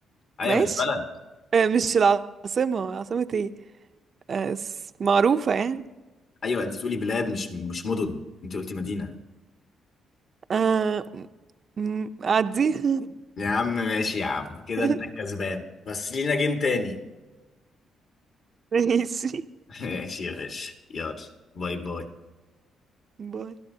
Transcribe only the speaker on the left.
ايوه
مش بلد
ايوه انت بتقولي بلاد مش مش مدن انت قلتي مدينه
يا عم ماشي يا عم كده
انت كسبان بس لينا جيم تاني
<laughs> ماشي يا باشا يلا باي باي